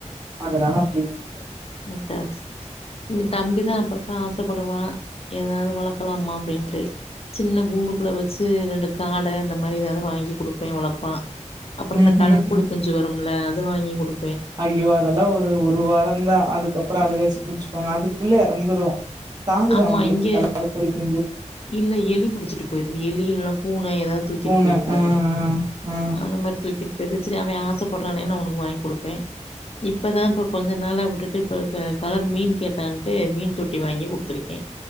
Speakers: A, on the right; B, on the left.
A: அதனால் அப்டி விட்டோ
B: மட்டாச்சு எ தம்பிதா அப்பப்ப ஆசப்படுவா ஏதாது வளக்கலாமா அப்டின்ட்டு சின்ன கூண்டுக்குள்ள வச்சு ரெண்டு காட அந்த மாரி ஏதாது வாங்கி குடுப்பே வளபா அப்றோ
A: ம்
B: இந்த கலர்
A: ம்
B: கொலி
A: ம்
B: குஞ்சு வரும் ல அது வாங்கி குடு
A: ஐயோ அதெல்லா ஒரு ஒரு வாரோ தா அதுக்கப்றோ அலுகாச்சு புடிச்சுப்பாங்க அதுக்குள்ள எறந்ரோ தாங்குதா
B: ஆமா
A: உங்களுக்கு
B: இங்க
A: கல கொலிக்
B: இல்ல எலி புடிச்சிட்டு போயிருது எலி இல்ல பூன ஏதாது தூக்கிட்டு
A: பூன
B: போயிருது
A: ஆ
B: அத
A: ஆ ஆ
B: அந்த மாரி தூக்கிட் இப்போ எதச்சரி அவ ச ஆசப்பறானேனு அவனுக்கு வாங்கி குடுப்பே இப்போ தா இப்போ கொஞ்ச நாள விட்டுட்டு இப்போ க கலர் மீன் கேட்டான்ட்டு மீன் தொட்டி வாங்கி குடுத்துருக்கே